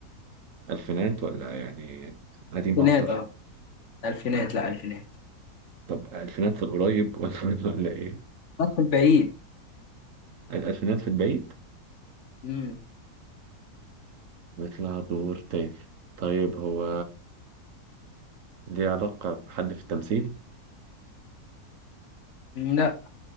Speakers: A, on the right; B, on the left.
A: ألفينات ولا يعني قديم
B: الفينات
A: أكتر
B: اه الفينات لا الفينات
A: طب ألفينات في القريب ولا <laughs> ولا إيه
B: ادخل بعيد
A: الألفينات في البعيد
B: امم
A: بيطلع دور تاني طيب هو ليه علاقة بحد في التمثيل
B: لا